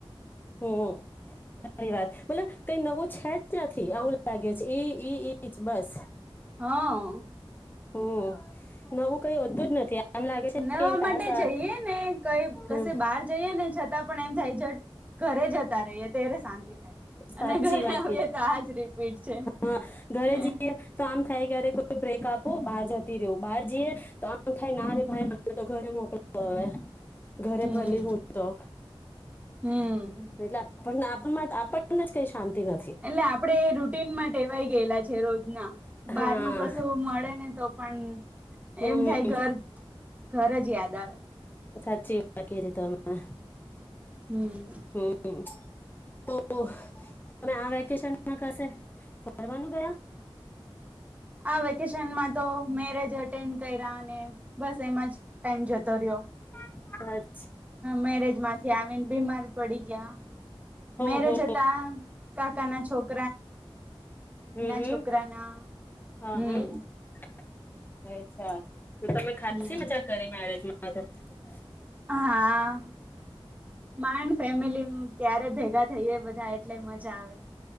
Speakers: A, on the left (about 20°); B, on the right (about 15°).
A: હમ્મ સારી વાત મતલબ કઈ નવું છે જ નથી આવું લાગે છે. ઈ ઈ ઈ જ બસ.
B: હા.
A: હ નવું કઈ હોતું જ નથી આમ લાગે છે
B: નવા
A: કે ટાસ્ક
B: માટે
A: આ
B: જઈએ ને કઈ
A: હમ
B: કશે બહાર જઈએ ને છત છતાં પણ એમ થાય છે. ઘરે જ જતા રહીએ ત્યારે શાંતિ થાય
A: સાચી
B: અને ઘરે
A: વાત કીધી
B: હોઈએ તો આજ રિપીટ છે હ.
A: હા ઘરે જઈએ તો આમ થાય ક્યારે બ્રેક આપું બહાર જતી રેવું બહાર જઈએ તો આઉ થાય ના રે ભાઈ મને તો ઘરે મોકલો. <unintelligible> ઘરે
B: હમ
A: ભલી હું તો
B: હમ
A: એટલા પણ ‍આપમાં આપણને જ કઈ શાંતિ નથી
B: એટલે આપડે રૂટીનમાં ટેવાય ગયેલા છે. રોજના
A: હા
B: બહાર ન કશું મળે ને તો પણ
A: હમ
B: એમ થાય ઘર ઘર જ યાદ આવે.
A: સાચી વટ કરી તમે.
B: હમ
A: હમ્મ તો તમે આ વેકેશન માં કશે ફરવાનું કયા
B: આ વેકેશનમાં તો મેરેજ અટેન્ડ કર્યા ને બસ એમાં જ ટાઈમ જતો રહ્યો.
A: હ.
B: મેરેજ માંથી આવીને બીમાર પડી ગયા
A: હો
B: મેરેજ
A: હો
B: હતા કાકા ના છોકરી
A: હમ હમ
B: છોકરાના
A: હા
B: હમ
A: હ અચ્છા તો તમે ખાસી
B: હમ
A: મજા કરી મેરેજમાં <unintelligible>
B: હા મા ફેમિલી ત્યારે ભેગા થઈએ બધા એટલે મજા જાવે.